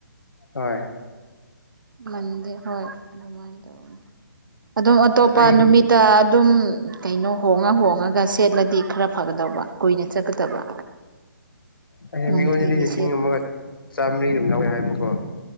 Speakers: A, on the left; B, on the right.
A: ꯍꯣꯏ
B: ꯃꯗꯤ ꯍꯣꯏ ꯑꯗꯨꯃꯥꯏꯅ ꯇꯧ ꯑꯗꯨꯝ ꯑꯇꯣꯞꯄ
A: ꯑꯩ
B: ꯅꯨꯃꯤꯠꯇ ꯑꯗꯨꯝ ꯀꯩꯅꯣ ꯍꯣꯡꯉ ꯍꯣꯡꯉꯒ ꯁꯦꯠꯂꯗꯤ ꯈꯔ ꯐꯒꯗꯧꯕ ꯀꯨꯏꯅ ꯆꯠꯀꯗꯕ
A: ꯑ
B: ꯅꯨꯡꯇꯤꯒꯤ
A: ꯃꯤꯉꯣꯟꯅꯤ ꯂꯩꯗ ꯁꯤꯁꯤꯡ
B: ꯁꯦꯠꯄꯅꯤ
A: ꯃꯒ ꯆꯥꯝꯃꯔꯤ ꯑꯗꯨꯝ ꯂꯧꯋꯦ ꯍꯥꯏꯕꯀꯣ